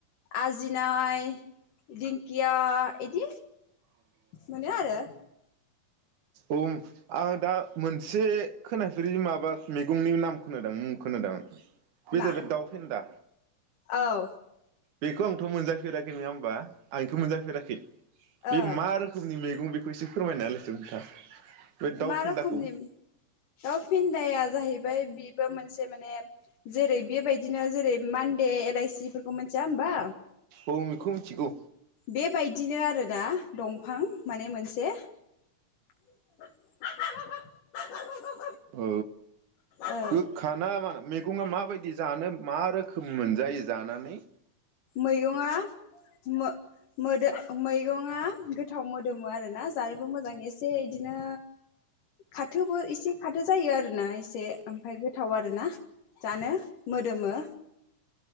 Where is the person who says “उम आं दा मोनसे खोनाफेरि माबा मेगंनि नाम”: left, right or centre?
Right